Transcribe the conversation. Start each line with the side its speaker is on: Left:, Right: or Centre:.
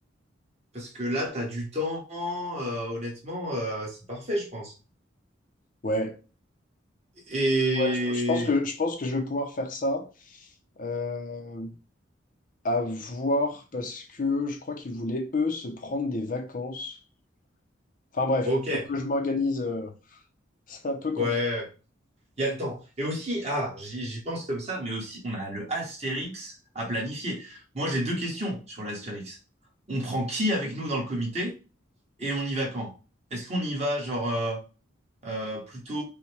Right: Parce que là, tu as du temps, euh, honnêtement, euh, c'est parfait, je pense.
Left: Ouais.
Right: Et
Left: Ouais, je, je pense que, je pense que je vais pouvoir faire ça. Euh, à voir parce que je crois qu'ils voulaient, eux, se prendre des vacances. Enfin bref,
Right: ok,
Left: faut que je m'organise. euh, <laughs> c'est un peu compliqué.
Right: Ouais, il y a le temps. Et aussi, ah, j'y j'y pense comme ça, mais aussi, on a le Astérix à planifier. Moi, j'ai deux questions sur l'Astérix. On prend qui avec nous dans le comité et on y va quand? Est-ce qu'on y va, genre, euh, euh, plutôt